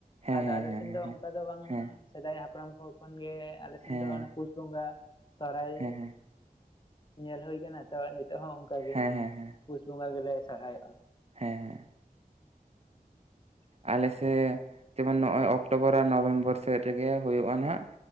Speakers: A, on the right; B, on the left.
A: ᱦᱮᱸ
B: ᱟᱫᱚ ᱟᱞᱮ
A: ᱦᱮᱸ
B: ᱥᱮᱱ ᱫᱚ ᱚᱱᱠᱟ ᱫᱚ ᱵᱟᱝ
A: ᱦᱮᱸ
B: ᱥᱮᱫᱟᱭ ᱦᱟᱯᱲᱟᱢ ᱠᱚ ᱠᱷᱚᱱ ᱜᱮ ᱟᱞᱮ ᱥᱮᱱ
A: ᱦᱮᱸ
B: ᱫᱚ ᱚᱱᱟ ᱯᱩᱥ ᱵᱚᱸᱜᱟ ᱥᱚᱦᱨᱟᱭ
A: ᱦᱮᱸ ᱦᱮᱸ ᱦᱮᱸ
B: ᱧᱮᱞ ᱦᱩᱭ ᱟᱠᱟᱱᱟ᱾ ᱛᱚ ᱱᱤᱛᱚᱜ ᱦᱚᱸ ᱚᱱᱠᱟ ᱜᱮ
A: ᱦᱮᱸ ᱦᱮᱸ ᱦᱮᱸ ᱦᱮᱸ ᱦᱮᱸ
B: ᱯᱩᱥ ᱵᱚᱸᱜᱟ ᱜᱮᱞᱮ ᱥᱚᱨᱦᱟᱭᱚᱜ-ᱟ᱾
A: ᱦᱮᱸ ᱾ ᱟᱞᱮ ᱥᱮ ᱱᱚᱜ-ᱚᱭ ᱚᱠᱴᱳᱵᱚᱨ ᱟᱨ ᱱᱚᱵᱷᱮᱢᱵᱚᱨ ᱥᱮᱫ ᱨᱮᱜᱮ ᱦᱩᱭᱩᱜ-ᱟ ᱱᱟᱦᱟᱜ᱾